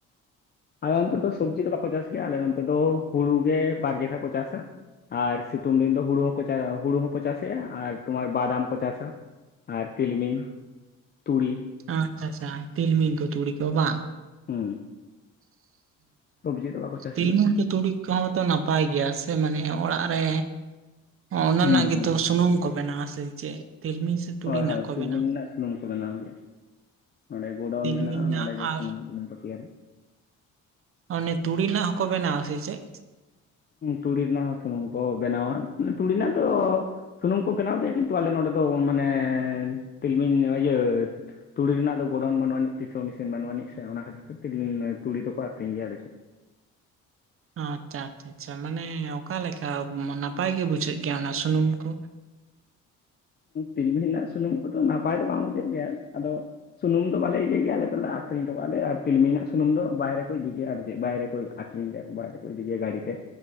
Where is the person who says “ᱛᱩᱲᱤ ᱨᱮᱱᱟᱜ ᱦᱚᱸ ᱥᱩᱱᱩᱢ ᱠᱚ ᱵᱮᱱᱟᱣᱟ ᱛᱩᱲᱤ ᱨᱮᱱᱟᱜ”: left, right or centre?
Left